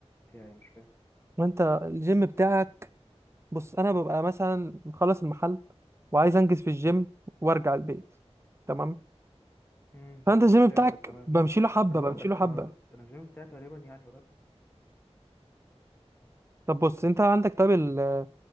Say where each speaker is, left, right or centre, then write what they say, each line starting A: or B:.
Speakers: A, on the left; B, on the right.
A: بتاعي مش فاهم
B: ما انت الجيم بتاعك بص انا ببقى مثلا مخلص المحل وعايز انجز في الجيم وارجع البيت تمام
A: امم
B: فانت الجيم
A: فهمتك
B: بتاعك
A: تمام
B: بمشي له حبه
A: ما انا هقول
B: بمشي
A: لك
B: له حبه
A: انا انا الجيم بتاعي تقريبا يعني قريب
B: طب بص انت عندك طيب ال-